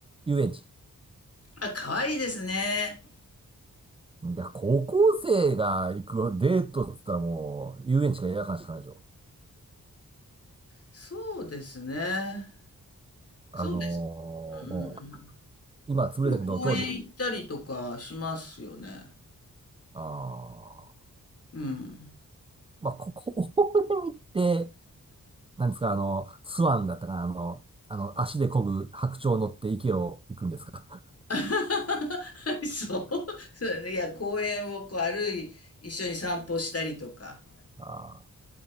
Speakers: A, on the right (about 15°); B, on the left (about 45°).
A: 遊園地。
B: あ、可愛いですね。
A: いや、高校生が行くデートって言ったらもう、遊園地か映画館しかないでしょ。
B: そうですね。
A: あのーうん
B: そうです。うんうん
A: 今潰れたけど、
B: 公園行ったりとかしますよね。
A: 当時、ああ、
B: うん。
A: まあ、こ <laughs> こに行って、なんですか、あの、スワンだったかな、あの、あの、足で漕ぐ白鳥乗って池を行くんですか。
B: <laughs> そう。そうだね。いや、公園をこう歩い、一緒に散歩したりとか
A: <laughs> ああ、